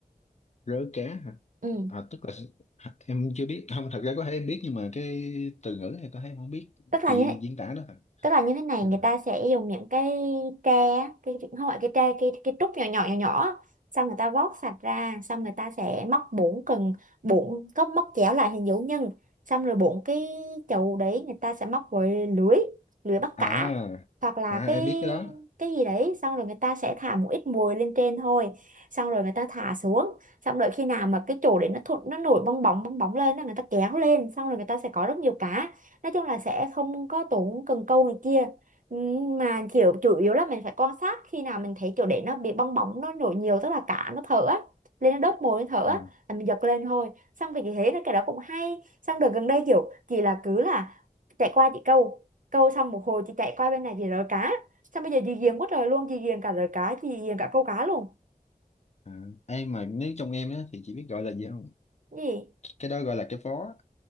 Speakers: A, on the left (about 50°); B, on the right (about 60°).
A: rớ cá hả
B: ừ
A: à tức là hả, em chưa biết không thật ra có thể em biết nhưng mà cái từ ngữ này có thể em không biết
B: tức là
A: chị
B: như
A: diễn tả đó hả
B: tức là như thế này
A: à
B: người ta sẽ dùng những cái tre á, cái không phải cái tre cái cái trúc nhỏ nhỏ nhỏ nhỏ á. xong người ta vót sạch ra xong người ta sẽ móc bốn cần bốn có móc chéo lại hình dấu nhân xong rồi bốn cái chậu đấy người ta sẽ móc với lưới lưới bắt
A: à,
B: cá hoặc là
A: à
B: cái
A: em biết cái đó
B: cái gì đấy xong rồi người ta sẽ thả một ít mồi lên trên thôi xong rồi người ta thả xuống xong đợi khi nào mà cái chỗ đấy nó thụt nó nổi bong bóng bong bóng lên á, người ta kéo lên xong rồi người ta sẽ có rất nhiều cá nói chung là sẽ không có tốn cần câu này kia Ừm, mà kiểu chủ yếu là mình phải quan sát khi nào mình thấy kiểu để nó bị bong bóng nó nổi nhiều tức là cá nó thở á lên nó đớp mồi nó thở á
A: à,
B: là mình giật lên thôi xong thì thế là cái đó cũng hay xong đợt gần đây kiểu chị là cứ là chạy qua chị câu câu xong một hồi chị chạy qua bên này chị rớ cá xong bây giờ chị ghiền quá trời luôn chị ghiền cả rớ cá chị ghiền cả câu cá luôn
A: à. em mà nếu trong em á thì chị biết gọi là gì không
B: Cái gì
A: cái đó gọi là cái phó